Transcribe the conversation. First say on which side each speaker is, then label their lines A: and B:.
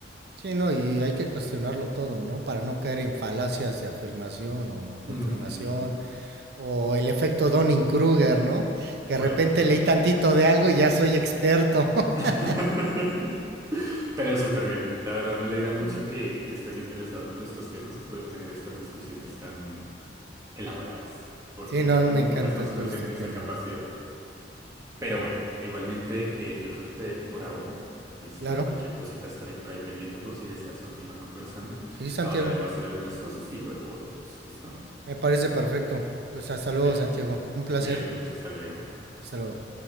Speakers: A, on the right; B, on the right.
A: Sí, no, y hay que cuestionarlo todo, ¿no? Para no caer en falacias de afirmación o confirmación
B: Ujú,
A: o el efecto Dunning-Kruger, ¿no? Que
B: por
A: de repente
B: ejemplo.
A: leí tantito de algo y ya soy experto. <laughs>
B: <laughs> Pero súper bien. La verdad me alegra mucho
A: Mm.
B: que, que estés interesado por estos temas y poder tener estas discusiones tan elaboradas, porque
A: Sí, no,
B: creo
A: a
B: que
A: mí me
B: muy
A: encanta
B: pocas personas
A: todo este
B: tienen
A: tema.
B: esa capacidad. Pero bueno,
A: Ujú.
B: igualmente eh, yo creo que te dejo por ahora. Listo,
A: Claro,
B: cualquier cosita estaré por ahí pendiente por si deseas continuar conversando.
A: sí, Santiago,
B: Ahora debo hacer algunas cosas y luego volvemos. ¿Listo?
A: me parece perfecto. Pues hasta luego,
B: Perfecto.
A: Santiago. Un placer.
B: Cuídate mucho, hasta luego.
A: Hasta luego.